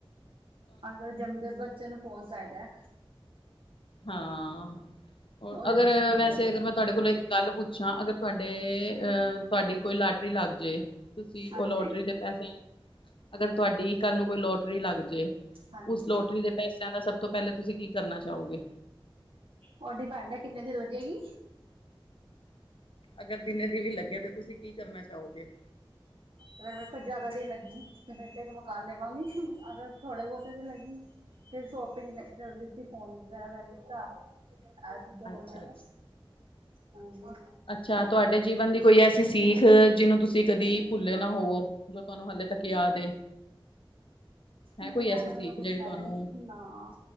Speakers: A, on the right; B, on the left.
A: ਅੱਜ ਕਲ ਜੰਮਦੇ ਬੱਚੇ ਨੂੰ ਫੋਨ ਚਾਹੀਦਾ।
B: ਹਾਂ
A: ਉਹੀ
B: ਅਗਰ
A: ਵੇਖ ਕੇ ਖੁਸ਼
B: ਵੈਸੇ
A: ਹੋ ਜਾਂਦਾ
B: ਅਗਰ ਮਤ ਤੁਹਾਡੇ ਕੋਲੋਂ ਇੱਕ ਗੱਲ ਪੁੱਛਾਂ ਅਗਰ ਤੁਹਾਡੇ ਅ ਤੁਹਾਡੀ ਕੋਈ ਲਾਟਰੀ ਲੱਗ ਜੇ ਤੁਸੀਂ
A: ਹਾਂਜੀ।
B: ਉਹ ਲੋਟਰੀ ਦੇ ਪੈਸਿਆਂ ਅਗਰ ਤੁਹਾਡੀ ਕੱਲ ਨੂੰ ਕੋਈ ਲੋਟਰੀ ਲੱਗ ਜੇ
A: ਹਾਂਜੀ
B: ਉਸ ਲੋਟਰੀ ਦੇ ਪੈਸਿਆਂ ਦਾ ਸਭ ਤੋਂ ਪਹਿਲੇ ਤੁਸੀਂ ਕੀ ਕਰਨਾ ਚਾਹੋਗੇ।
A: ਉਹ ਡਿਪੈਂਡ ਹੈ ਕਿੰਨੇ ਦਿਨ ਲੱਗੇਗੀ।
B: ਅਗਰ ਜਿੰਨੇ ਦੀ ਵੀ ਲੱਗੇ ਤੇ ਤੁਸੀਂ ਕੀ ਕਰਨਾ ਚਾਹੋਗੇ।
A: ਅਗਰ ਵੇਖੋ ਜਿਆਦਾ ਦੇ ਲੱਗੀ ਤੇ ਫਿਰ ਤੇ ਇੱਕ ਮਕਾਨ ਲੇ ਵਾਂਗੀ ਅਗਰ ਥੋੜੇ ਬਹੁਤੇ ਤੇ ਲੱਗੀ ਫੇਰ ਸ਼ੋਪਿੰਗ ਕਰ ਲਤੀ ਫੋਨ ਵਗੈਰਾ ਲੈ ਲਿੱਤਾ। ਆ ਚੀਜ਼ਾਂ ਹੋਗੀਆਂ
B: ਅੱਛਾ
A: ਬਸ ਹਾਂਜੀ।
B: ਜਾਂ ਤੁਹਾਡੇ ਜੀਵਨ ਦੀ ਕੋਈ ਐਸੀ ਸੀਖ ਜਿਹਨੂੰ ਤੁਸੀਂ ਕਦੀ ਭੁੱਲੇ ਨਾ ਹੋਵੋ। ਜੋ ਤੁਹਾਨੂੰ ਹਾਲੇ ਤੱਕ ਯਾਦ ਏ। ਹੈ
A: ਨਹੀਂ
B: ਕੋਈ ਐਸੀ
A: ਇੱਦਾਂ
B: ਸੀਖ
A: ਦਾ ਕੁਛ
B: ਜਿਹੜੀ
A: ਹੈ
B: ਤੁਹਾਨੂੰ
A: ਨਹੀਂ ਨਾ